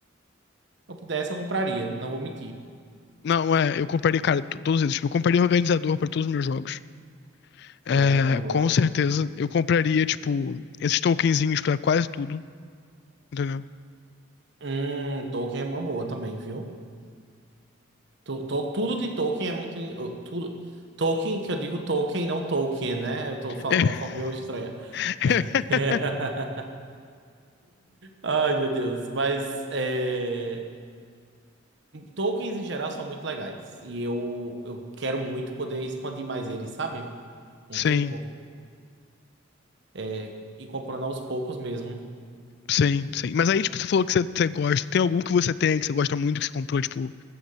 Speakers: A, on the right; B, on the left.
A: eu pudesse, eu compraria, não vou mentir.
B: Não, é, eu compraria, cara, to- todos eles. Tipo, eu compraria organizador pra todos os meus jogos. É,
A: É, uma boa.
B: com certeza. Eu compraria, tipo, esses tokenzinhos pra quase tudo, entendeu?
A: Hum, Tolkien é uma boa também, viu? Tu- to- Tudo de Tolkien é muito. Tudo, Tolkien, que eu digo Tolkien, não Tolkien, né? Eu tô falando
B: <laughs>
A: de uma forma meio estranha.
B: É.
A: <laughs> Ai, meu Deus. Mas é, Tolkiens em geral são muito legais. E eu, eu quero muito poder expandir mais eles, sabe? Um
B: Sim,
A: tempo. É, e comprando aos poucos mesmo.
B: sim, sim. Mas aí, tipo, você falou que você, você gosta. Tem algum que você tem, que você gosta muito, que você comprou, tipo,